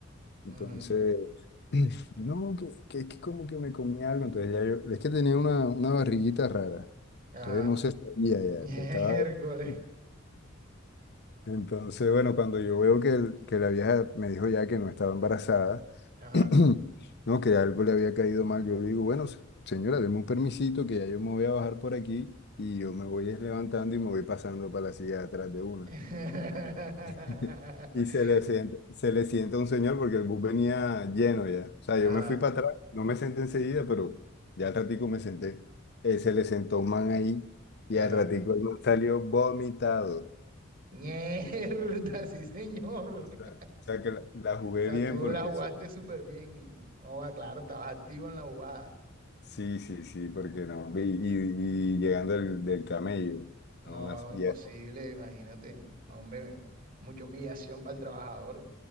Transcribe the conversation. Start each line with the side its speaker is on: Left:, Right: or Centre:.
Left: Entonces,
Right: Ujú.
Left: <clears throat> no, que, que es que como que me comí algo. Entonces ya yo, es que tenía una, una barriguita rara.
Right: Ajá.
Left: Entonces no se sabía ya,
Right: Miércoles.
Left: que estaba... <laughs> Entonces, bueno, cuando yo veo que, el- que la vieja me dijo ya que no estaba embarazada,
Right: Ajá.
Left: <clears throat> no, que algo le había caído mal, yo le digo, bueno, se- señora, deme un permisito que ya yo me voy a bajar por aquí y yo me voy es levantando y me voy pasando para la silla de atrás de una.
Right: <laughs>
Left: <laughs> Y se le sienta, se le sienta un señor porque el bus venía lleno ya. O sea,
Right: Ajá,
Left: yo me fui para atrás, no me senté enseguida, pero ya al ratico me senté. Eh, se le sentó un man ahí y
Right: ajá.
Left: al ratico el man salió vomitado.
Right: Mierda, sí, señor.
Left: O sea,
Right: <laughs>
Left: o sea que la, la jugué
Right: O sea,
Left: bien
Right: tú
Left: porque
Right: la jugaste
Left: sí,
Right: súper bien. No va, claro, estabas activo en la jugada.
Left: sí, sí, sí, porque no. Y, y- y llegando del, del camello,
Right: No,
Left: no, así, ya,
Right: imposible, imagínate. No, hombre, mucha humillación para el trabajador.